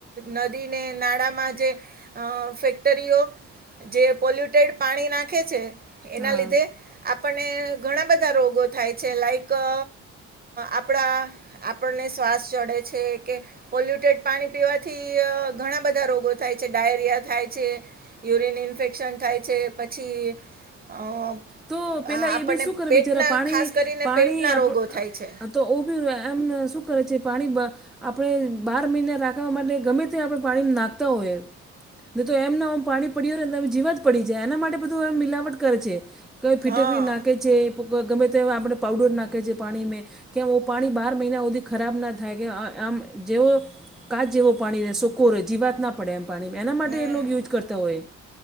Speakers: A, on the right (about 30°); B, in the centre.
A: નદીને નાળામાં જે અ ફેક્ટરીઓ જે પોલ્યુટેડ પાણી ના એના
B: હા
A: લીધે આપણને ઘણા બધા રોગો થાય છે લાઈક અ આપણા આપણને શ્વાસ ચડે છે કે પોલ્યુટ ટેટ પાણી પીવાથી ઘણા બધા રોગો થાય છે ડાયરિયા થાય છે યુરિન ઇન્ફેક્શન થાય છે પછી અ આ
B: તો પેલા
A: આપણને
B: એ બી શું કરે
A: પેટના
B: બિચારા પાણી
A: ખાસ કરીને
B: પાણી
A: પેટના
B: આપ
A: રોગો થાય છે
B: તો ઓ બી એમને શું કરે છે પાણી આપણે બાર મહિના રાખવા માટે ગમે તે આપણે પાણી નાખતા હોઈએ નહી તો એમનેમ પાણી પડ હો નેમે જીવા જ પડી છે એના માટે બધું એમ મિલાવટ કરે છે કઈ ફીટકડી
A: હા
B: નાખે છે ગમે તે આપણે પઉડર નાખે છે પાણીમાં કે્યાઑ પ પાણી બાર મહિના ઓદી ખરાબ ના થાય કે આમ જેવો કાચ જેવો પાણી શોકો જીવાત ના પડે એમ પાણી એના
A: હમ
B: માટે એ યુજ કરતા હોય